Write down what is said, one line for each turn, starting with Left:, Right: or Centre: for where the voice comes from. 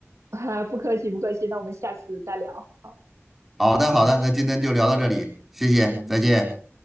Right: 哈，<laughs> 不客气不客气，那我们下次再聊。好，
Centre: 好的，好的，那今天就聊到这里，谢谢，
Right: 嗯。
Centre: 再见。